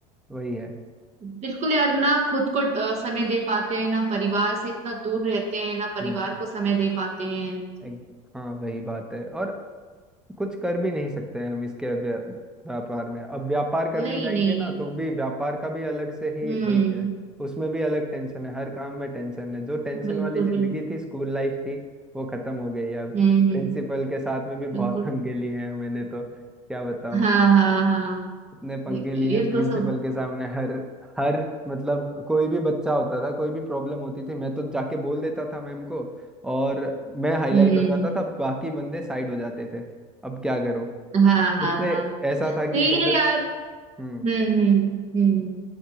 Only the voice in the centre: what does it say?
वही है
हम्म
एक, हाँ वही बात है और कुछ कर भी नहीं सकते हैं हम इसके व्या, व्यापार में अब व्यापार करने
जाएंगे
ना
तो भी व्यापार का भी अलग से ही
वही है उसमें भी अलग टेंशन है हर काम में टेंशन है जो टेंशन
वाली जिंदगी
थी स्कूल लाइफ थी वो खत्म हो गई है अब
प्रिंसिपल
के साथ में भी बहुत
पंगे लिए हैं मैंने तो क्या बताऊं
इतने पंगे
लिए
हैं प्रिंसिपल
के सामने हर हर मतलब कोई भी बच्चा होता था कोई भी प्रॉब्लम होती थी मैं तो जाके बोल देता था मैम को और मैं हाईलाइट
हो जाता था बाकी बंदे साइड हो जाते थे अब क्या करूं
मुझसे
ऐसा
था कि
गलत
हम्म